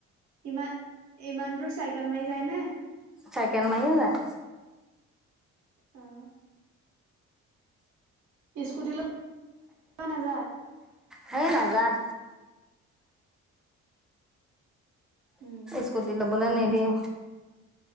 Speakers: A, on the right; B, in the centre.
A: ইমান, ইমান দূৰ চাইকেল মাৰি যায় নে?
B: চাইকেল মাৰিয়ে যায়।
A: অ'। স্কুটিলৈ নাযায়।
B: হে নাযায়।
A: উম,
B: স্কুটি ল'বলে নিদিয়ে।